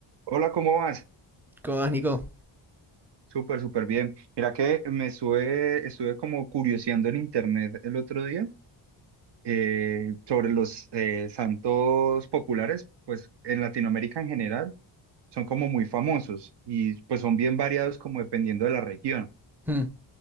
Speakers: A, on the right; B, in the centre.
A: Hola, ¿cómo vas?
B: ¿Cómo vas, Nico?
A: Súper, súper bien. Mira que me estuve, estuve como curioseando en internet el otro día eh, sobre los eh, santos populares, pues en Latinoamérica en general son como muy famosos y pues son bien variados como dependiendo de la región.
B: Hmm.